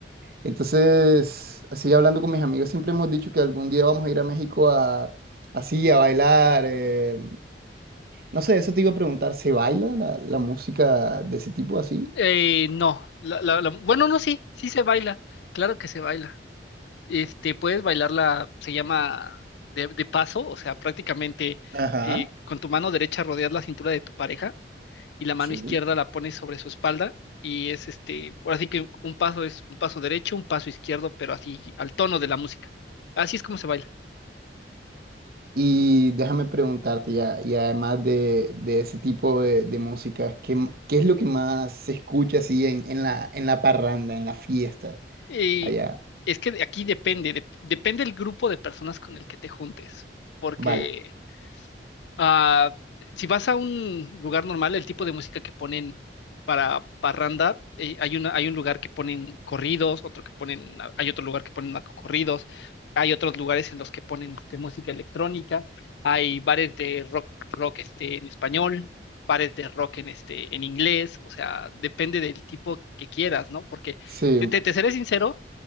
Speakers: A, on the right; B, on the left.
A: Entonces, así hablando con mis amigos, siempre hemos dicho que algún día vamos a ir a México a así a bailar. eh, No sé, eso te iba a preguntar, ¿se baila la, la música de ese tipo así?
B: Eh, no, la, la- la- bueno, no, sí, sí se baila, claro que se baila. Este, puedes bailarla, se llama de, de paso, o sea, prácticamente
A: Ajá.
B: eh, con tu mano derecha rodeas la cintura de tu pareja y la mano
A: Sí.
B: izquierda la pones sobre su espalda y es este, ahora sí que un paso es un paso derecho, un paso izquierdo, pero así al tono de la música. Así es como se baila.
A: Y déjame preguntarte ya, y además de, de ese tipo de, de música, ¿qué, m- qué es lo que más se escucha así en, en la, en la parranda, en la fiesta
B: Y
A: allá?
B: es que de- aquí depende, de- depende el grupo de personas con el que te juntes, porque
A: Vale,
B: Ah, si vas a un lugar normal, el tipo de música que ponen para parranda, eh, hay una, hay un lugar que ponen corridos, otro que ponen, hay otro lugar que ponen narcocorridos, hay otros lugares en los que ponen este, música electrónica, hay bares de rock, rock este, en español, bares de rock en este, en inglés, o sea, depende del tipo que quieras, ¿no? Porque
A: sí,
B: te, te, te seré sincero,